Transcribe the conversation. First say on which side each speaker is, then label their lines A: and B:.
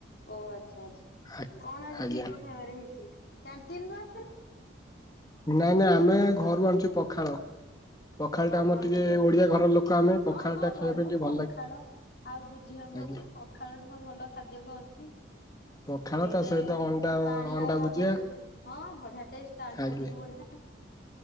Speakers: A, on the left; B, on the left.
A: ଓ ଆଚ୍ଛା ଆଚ୍ଛା
B: ଆଜ୍ଞା।
A: କଣ ଆଜି
B: ଆଜ୍ଞା
A: ଦିପହର ଖାଇବାରେ ହେଇଛି କ୍ୟଟିନ
B: ନାଇଁ ନାଇଁ ଆମେ ଘରୁ ଆଣିୁଛୁ ପଖାଳ ପଖାଳ
A: ଓ
B: ଟା ଆମର
A: ବଢିଆ
B: ଟିକେ
A: ବଢିଆ
B: ଓଡିଆ ଘରର ଲୋକ ଆମେ
A: ହଁ
B: ପଖାଳଟା
A: ହଁ
B: ଖାଇବା
A: ବଢିଆ
B: ପାଇଁ ଟିକେ
A: ପଖାଳ
B: ଭଲ ଲାଗେ।
A: ଆଉ ବୁଝିବାକୁ
B: ଆଜ୍ଞା
A: ଅଛି ପଖାଳଠୁ ଭଲ ଖାଦ୍ୟ କ ଅଛି।
B: ପଖାଳ
A: ସେଇଥିରେ
B: ତା ସହିତ ଅଣ୍ଡା
A: ପାଣି
B: ଅଣ୍ଡା
A: ଆଉ ଆବଶ୍ୟକ
B: ଭୁଜିଆ
A: ହଁ ବଢିଆ ଟେଷ୍ଟ ତାଠ
B: ଆଜ୍ଞା।
A: ଅଧିକା ବଢିଆ